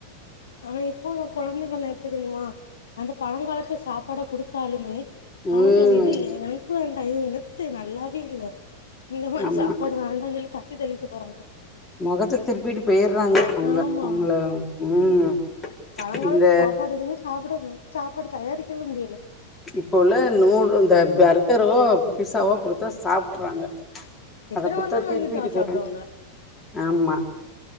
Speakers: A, on the left; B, on the left.
A: ஆனா எப்போ குழந்தைகள்லா எப்டி தெரியுமா அந்த பழங்காலத்து சாப்பாட குடுத்தாலுமே அவங்க
B: ம்
A: சொன்ன இது எனக்கு வேண்டா இது என்னத்து நல்லாவே இல்ல இந்த மாரி
B: ஆமா
A: சாப்பாடு வேண்டா சொல்லி தட்டி தள்ளிட்டு போறாங்க
B: முகத்த திருப்பிட்டு போய்றாங்க அவங்க
A: ஆமா
B: அவங்கள ம்
A: பழங்காலத்து
B: இந்த
A: சாப்பாடு எதுமே சாப்பிட சாப்பாடு தயாரிக்கவே முடியல
B: இப்ப உள்ள நூறு இந்த பர்கரோ பிஸாவோ குடுத்தா சாப்ட்றாங்க
A: எத்தன
B: அத குடுத்தா
A: வேணாலு
B: திருப்பிட்டு
A: வாங்கி சா
B: போய்றாங்க
A: சாப்டுவாங்க
B: ஆமா